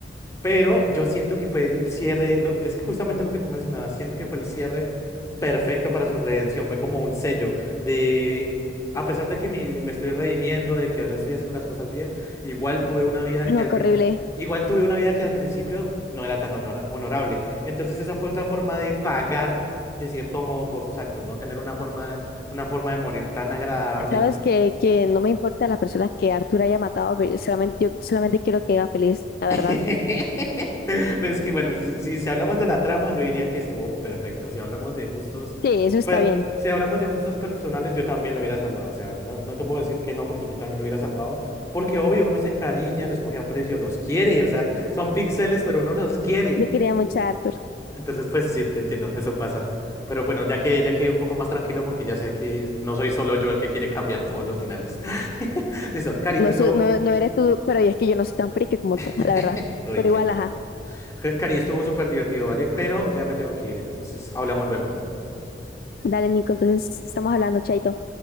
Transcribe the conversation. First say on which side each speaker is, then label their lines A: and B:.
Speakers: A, on the left; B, on the left.
A: Pero yo siento que fue el cierre, lo- es justamente lo que tú mencionabas, siento que fue el cierre perfecto para su redención, fue como un sello de, a pesar de que mi- me estoy redimiendo, de que ahora estoy haciendo las cosas bien, igual tuve una vida
B: No,
A: que al,
B: qué
A: pri-
B: horrible.
A: igual tuve una vida que al principio no era tan honora- honorable. Entonces esa fue otra forma de pagar, de cierto modo, por sus actos, no tener una forma de, una forma de morir tan agradable
B: Sabes que, que no me importa las personas que Arthur haya matado, pero solamente, yo solamente quiero que viva feliz, la
A: <laughs>
B: verdad.
A: Pero es que, bueno, si, si- si hablamos de la trama, yo diría que estuvo perfecto. Si hablamos de gustos,
B: Sí, eso está
A: pues,
B: bien.
A: si hablamos de gustos personales, yo también lo hubiera salvado. O sea, no, no te puedo decir que no, porque yo también lo hubiera salvado. Porque, obvio, uno se encariña, les coge aprecio, los quiere. O sea, son píxeles, pero uno los quiere.
B: Yo quería mucho a Arthur.
A: Entonces, pues, sí, te entiendo, eso pasa. Pero bueno, ya que ya quedé un poco más tranquilo, porque ya sé que no soy solo yo el que quiere cambiar todos los finales. <laughs> Listo, Cari,
B: No,
A: estuvo.
B: soy- no, no eres tú, pero es que yo no soy tan friki como tú,
A: <laughs>
B: la verdad.
A: Uy,
B: Pero
A: qué
B: igual,
A: tal.
B: ajá.
A: Cari, estuvo súper divertido, ¿vale? Pero ya me tengo que ir, entonces hablamos luego.
B: Dale, Nico, entonces estamos hablando, chaito.